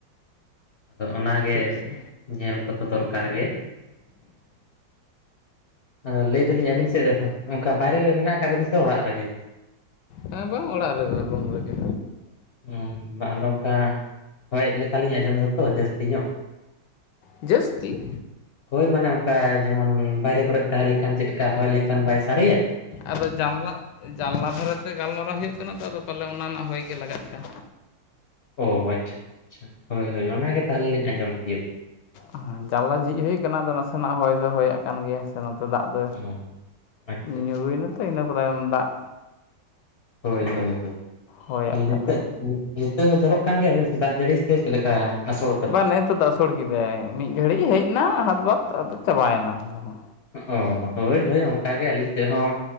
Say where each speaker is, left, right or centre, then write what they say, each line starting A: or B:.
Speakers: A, on the left; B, on the left.
A: ᱟᱫᱚ ᱚᱱᱟ ᱜᱮ
B: ᱴᱷᱤᱠ ᱥᱮ
A: ᱧᱮᱞ ᱠᱚ ᱫᱚ ᱫᱚᱨᱠᱟᱨ ᱜᱮ, ᱟᱫᱚ ᱞᱟᱹᱭ ᱫᱟᱞᱤᱧ
B: ᱠᱟᱛᱷᱟ
A: ᱟᱵᱤᱱ
B: ᱫᱚ ᱤᱱᱟᱹᱜᱮ
A: ᱥᱮᱫ ᱨᱮᱦᱚᱸ ᱚᱱᱠᱟ ᱵᱟᱭᱨᱮ ᱨᱮ ᱢᱮᱱᱟᱜ ᱟᱠᱟᱟᱜ ᱵᱤᱱᱱᱟ ᱥᱮ ᱚᱲᱟᱜ ᱨᱮ ᱜᱮ?
B: ᱦᱮᱸ ᱵᱟᱝ ᱚᱲᱟᱜ ᱨᱮ ᱜᱮ ᱨᱩᱢ ᱨᱮ ᱜᱮ᱾
A: ᱚ, ᱵᱟ ᱟᱫᱚ ᱚᱝᱠᱟ ᱦᱚᱭᱮᱫ ᱞᱮᱠᱟᱞᱤᱧ ᱟᱸᱡᱚᱢᱫᱟᱛᱚ ᱡᱟᱹᱥᱛᱤ ᱧᱚᱜ᱾
B: ᱡᱟᱹᱥᱛᱤ?
A: ᱦᱳᱭ ᱢᱟᱱᱮ ᱚᱝᱠᱟ ᱡᱮᱢᱚᱱ ᱵᱟᱭᱨᱮ ᱠᱚᱨᱮ ᱛᱟᱦᱮᱸ ᱞᱮᱠᱷᱟᱱ ᱪᱮᱫ ᱞᱮᱠᱟ ᱦᱚᱭ ᱞᱮᱠᱷᱟᱱ ᱵᱟᱭ ᱥᱟᱲᱮᱭᱟ?
B: ᱟᱫᱚ ᱡᱟᱱᱞᱟ, ᱡᱟᱱᱞᱟ ᱫᱷᱟᱨᱮᱛᱮ ᱜᱟᱞᱢᱟᱨᱟᱣ ᱦᱩᱭᱩᱜ ᱠᱟᱱᱟ ᱛᱚ ᱟᱫᱚ ᱯᱟᱞᱮ ᱚᱱᱟ ᱨᱮᱱᱟᱜ ᱦᱚᱭ ᱜᱮ ᱞᱟᱜᱟᱜ ᱠᱟᱱᱟ᱾
A: ᱚ, ᱟᱪᱪᱷᱟ ᱟᱪᱪᱷᱟ ᱟᱪᱪᱷᱟ, ᱦᱳᱭ ᱦᱳᱭ ᱚᱱᱟ ᱜᱮ ᱛᱟᱦᱞᱮ ᱞᱤᱧ ᱟᱸᱡᱚᱢ ᱛᱤᱭᱳᱜ
B: ᱦᱮᱸ, ᱡᱟᱱᱟᱞᱟ ᱡᱷᱤᱡ ᱦᱩᱭ ᱠᱟᱱᱟ, ᱟᱫᱚ ᱱᱟᱥᱮᱱᱟᱜ ᱦᱚᱭ ᱫᱚ ᱦᱚᱭᱟᱜ ᱠᱟᱱ ᱜᱮᱭᱟ ᱥᱮ ᱱᱚᱛᱮ ᱫᱟᱜ ᱫᱚ
A: ᱟᱠᱟᱫᱟ᱾ ᱟᱪᱪᱷᱟ
B: ᱧᱩᱨᱩᱭᱮᱱᱟᱛᱚ
A: ᱟᱪᱪᱷᱟ
B: ᱤᱱᱟᱹ ᱯᱚᱨᱮ ᱫᱟᱜ
A: ᱦᱳᱭ ᱦᱳᱭ ᱦᱳᱭ,
B: ᱦᱚᱭᱟᱜ
A: ᱛᱟᱞ
B: ᱠᱟᱱᱟᱭ
A: ᱱᱤᱛᱳᱜ ᱱᱤᱛ ᱚᱱᱛᱮ ᱦᱚᱸ ᱡᱚᱨᱚᱜ ᱠᱟᱱ ᱜᱮᱭᱟᱵᱤᱱ ᱥᱮ ᱫᱟᱜ ᱡᱟᱹᱲᱤ ᱥᱮ ᱪᱮᱫᱞᱮᱠᱟ ᱟᱥᱚᱲ
B: ᱵᱟ, ᱱᱚᱛᱚ ᱫᱚ ᱟᱥᱚᱲ ᱠᱮᱫᱟᱭ, ᱢᱤᱫ ᱜᱷᱟᱹᱲᱤᱡ ᱦᱮᱡᱱᱟ ᱦᱟᱫᱵᱟᱫ ᱟᱫᱚ ᱪᱟᱵᱟᱭᱮᱱᱟ ᱜᱷᱟᱱᱮ᱾
A: ᱚ, ᱦᱳᱭ ᱦᱳᱭ ᱚᱝᱠᱟᱜᱮ ᱟᱹᱞᱤᱧ ᱥᱮᱫ ᱦᱚᱸ